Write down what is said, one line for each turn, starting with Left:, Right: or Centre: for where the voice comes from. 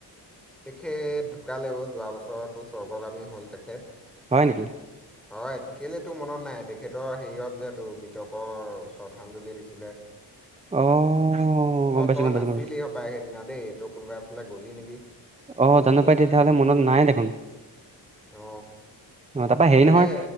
Centre: তেখেত ঢুকালেও যোৱা বছৰতো স্বৰ্গগামী হ'ল তেখেত
Right: হয় নেকি?
Centre: হয়, কেলে তো মনত নাই, তেখেতৰ হেৰিয়ত যেহেতু মৃতকৰ শ্ৰদ্ধাঞ্জলি দিছিলে
Right: অ', গম
Centre: অ',
Right: পাইছোঁ, গম
Centre: ই নাছিলি
Right: পাইছোঁ, গম পাইছোঁ।
Centre: সপায় সেইদিনা দেই তই কোনোবা এফালে গ'লি নেকি
Right: অ', জানো পাই তেতিয়াহলে মনত নাই দেখোন,
Centre: অ
Right: অ তাৰপা হেৰি
Centre: তাকে
Right: নহয়